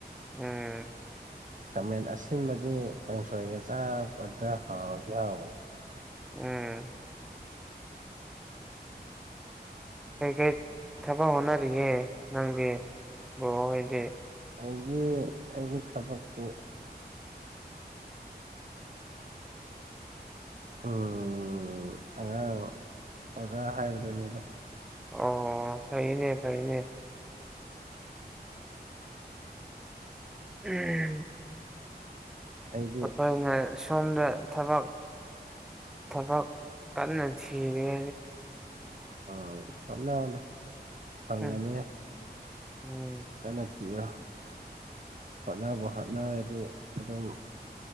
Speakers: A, in the centre; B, on the right (about 50°).
A: ꯎꯝ
B: ꯈꯥꯃꯦꯟ ꯑꯁꯤꯟꯕꯗꯤ ꯀꯥꯡꯁꯣꯏꯒ ꯆꯥꯄꯗ ꯍꯥꯎꯕꯗꯤ ꯍꯥꯎꯕꯅꯤ
A: ꯎꯝ ꯀꯩꯀꯩ ꯊꯕꯛ ꯍꯣꯠꯅꯔꯤꯒꯦ ꯅꯪꯗꯤ ꯕꯕꯍꯣꯏꯗꯤ
B: ꯑꯩꯒꯤꯦ ꯑꯩꯒꯤ ꯆꯄꯠꯠꯇꯦ ꯎꯝ ꯑꯉꯥꯡ ꯑꯣꯖꯥ ꯍꯥꯏꯕꯗꯨꯅꯤꯗ
A: ꯑꯣ ꯊꯩꯅꯦ ꯇꯩꯅꯦ ꯎꯝ
B: ꯑꯩꯗꯤ
A: ꯑꯩꯈꯣꯏꯅ ꯁꯣꯝꯗ ꯊꯕꯛ ꯊꯕꯛ ꯀꯟꯅꯗꯤꯁꯤꯔꯦ
B: ꯑꯣ ꯍꯣꯠꯅ ꯍꯗ ꯐꯪꯒꯅꯤꯌꯦ
A: ꯎꯝ ꯎꯝ
B: ꯀꯠꯅ ꯄꯤꯌꯣ ꯍꯣꯠꯅꯕ ꯍꯣꯠꯅꯔꯗꯤ ꯑꯗꯨꯝ